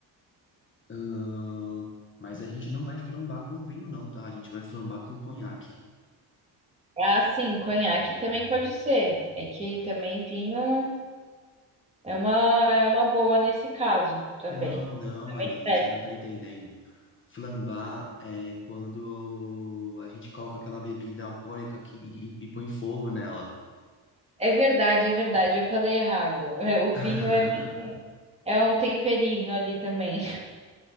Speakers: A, on the left; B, on the right.
A: Ahn, mas a gente não vai flambar com vinho, não, tá? A gente vai flambar com conhaque.
B: Ah, sim, conhaque também pode ser. É que também vinho é uma, é uma boa nesse caso também.
A: Não, não,
B: Também
A: Aline,
B: serve.
A: você não tá entendendo. Flambar é quando a gente coloca aquela bebida alcoólica que, e, e põe fogo nela.
B: É verdade, é verdade, eu falei errado. É, o vinho
A: <laughs>
B: é, é um temperinho ali também. <laughs>